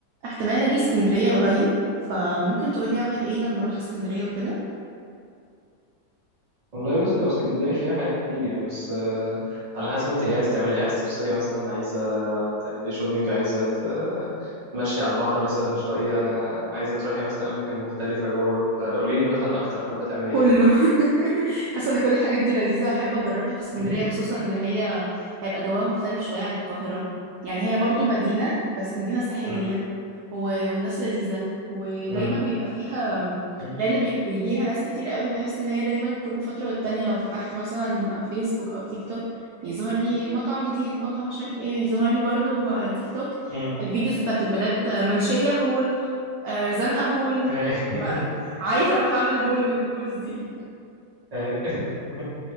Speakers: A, on the right; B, on the right.
A: احتمال اجي اسكندرية قريب فممكن تقولي اعمل ايه لما اروح اسكندرية وكده
B: والله بصي هو اسكندرية فيها حاجات كتير يعني بس آه، على حسب انت عايز تعملي ايه عايز تفصلي مثلا عايزة تعملي شوبينج عايزة ت- تمشي على البحر مثلا شوية عايزة تروحي مثلا أماكن مختلفة جوه فقولي لي مثلا أكتر حابة تعملي
A: كله
B: ايه
A: <laughs> حاسه ان كل الحاجات دي لذيذه واحب اجربها في اسكندريه
B: مهم.
A: خصوصا ان هي هيبقى جواها مختلف شويه عن القاهره يعني هي برضو مدينه بس مدينه ساحليه
B: مم.
A: و- والناس لذيذة ودايما
B: مم.
A: بيبقى فيها
B: مم.
A: لأن بي- بيجيها ناس كتير قوي بحس إن هي دايما كل فترة والتانية لو فتحت مثلا فيسبوك أو تيك توك بيظهر لي مطعم جديد مطعم مش عارف ايه بيظهر لي برضو على تيك توك
B: مم.
A: الفيديوز بتاعت البنات آه، منشية هول آه، زنقة هول
B: أي.
A: <laughs>
B: <laughs>
A: ف- عايزة أروح أعمل هول من الهولز دي
B: أي. <laughs>